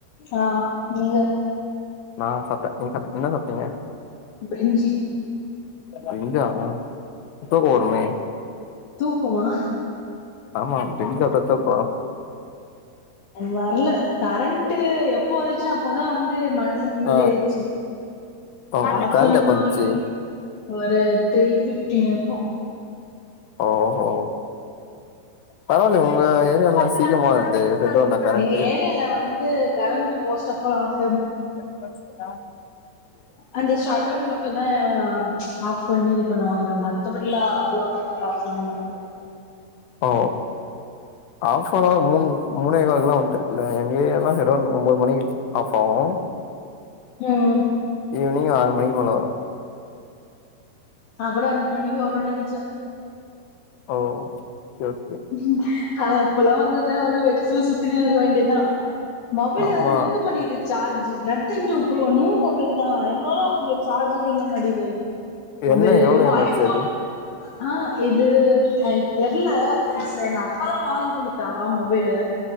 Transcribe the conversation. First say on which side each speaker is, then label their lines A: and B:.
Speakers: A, on the left; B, on the left.
A: ஆஹ் நீங்க
B: நான் சாப்டேன் நீங்க என்ன சாப்பிட்டீங்க
A: பிரிஞ்சி
B: பிரிஞ்சா <unintelligible>
A: தூக்கமா
B: ஆமா தூங்கத்தா போற
A: வரல கரண்ட் எப்ப வந்துச் சி அப்பதா வந்து மனசு நிம்மதியாச்சி
B: ஆ ஓ
A: காத்தோ
B: கரண்ட்
A: இல்ல
B: எப்ப வந்துச்சு
A: ஒன்னோ ஒரு த்ரீஃப்ட் டி இருக்கோ
B: ஓஹோ பரவாயில்ல உங்க ஏரியல்லா சீக்கிரமா இது செட்டவுன்னா கரண்ட்டு
A: எங்க ஏரியால வந்து current most of all of
B: <inaudible>
A: அந்த ஷாடோன் மட் டோ தா ஆஃப் பண்ணி இது பண்ணுவாங்க மத்தபடிலா அவ்ளோ கரண்ட்லா ஆஃப் பண்ண மாட்டாங்க
B: ஓ ஆஃப் ஆனாலா மூணு மூணேகாலுக்கு எல்லா வந்திருதுலா எங்க ஏரியாலா ஷட் டவுன் ஒன்பது மணி ஆஃப் ஆவோ
A: ம்
B: ஈவினிங் ஆறு மணிக்கு மேல வரும்
A: நா கூட அஞ்சு மணிக்கு வரோன்னு நெனச்சே
B: ஓ ஓகே ஓகே
A: உஹம் அப்பில்லா வந்திருந்தா உன்னோ வெக்ஸுல சுத்தினே இருக்க வேண்டியத்தா மொபைல்ல
B: ஆமா
A: வேற நிக்கமாட்டிகிது சார்ஜ் இது Nothing two bro new mobile தா இருந்தாலும் சார்ஜ் நீங்க மாட்டிங்குது மொபைல்ல
B: என்ன எவ்ளோ
A: என்னமோ
B: எம் ஆச்சு
A: ஐஃபோன்
B: அது
A: ஆஹ் இது ஆ தெர்ல புதுசுல எங்க அக்கா தா வாங்கி குடுத்தா மொபைலு